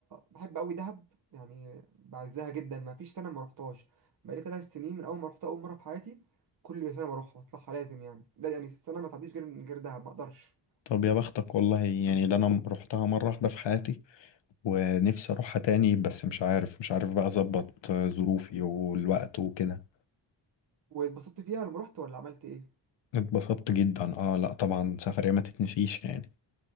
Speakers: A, on the right; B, on the left.
A: بحب قوي دهب يعني بعزها جدا ما فيش سنه ما روحتهاش بقالي ثلاث سنين من اول ما روحتها اول مره في حياتي كل سنه بروحها بطلعها لازم يعني لا يعني السنه ما تعديش غير من غير دهب ما اقدرش
B: طب يا بختك والله يعني ده انا رحتها مرة واحدة في حياتي ونفسي اروحها تاني بس مش عارف مش عارف بقى اظبط آه، ظروفي والوقت وكده
A: واتبسطت فيها لما رحت ولا عملت ايه
B: اتبسطت جدا اه لا طبعا سفرية ما تتنسيش يعني